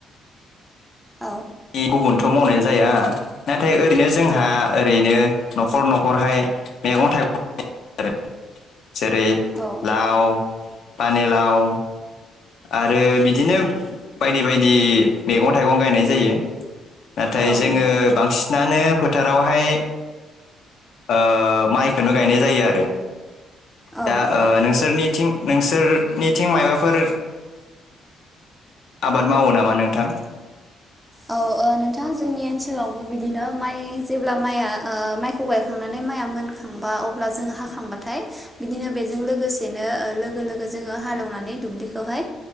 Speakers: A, in the centre; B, on the left.
A: औ
B: गुबुनथ' मावनाय जाया नाथाय ओरैनो जोंहा
A: औ
B: ओरैनो न'खर न' खरहाय मैगं थाइगं जेरै
A: औ
B: लाव पानिलाव आरो बिदिनो बायदि बायदि मैगं थाइगं गायनाय जायो। नाथाय
A: औ
B: जोंङो
A: औ नंगौ
B: बांसिनानो फोथारावहाय ओ माइखौनो गायनाय जायो आरो दा
A: औ औ
B: ओ नोंसोरनिथिं नोंसोरनिथिं माबाफोर आबाद मावो नामा नोंथां?
A: औ ओ नोंथां जोंनि ओनसोलावबो बिदिनो माइ जेब्ला माइआ ओ माइखौ गायखांनानै माइआ मोनखांबा अब्ला जों हाखांबाथाय बिदिनो लोगोसे लोगो लोगो जोंङो हालैनानै दुब्लिखौ हाय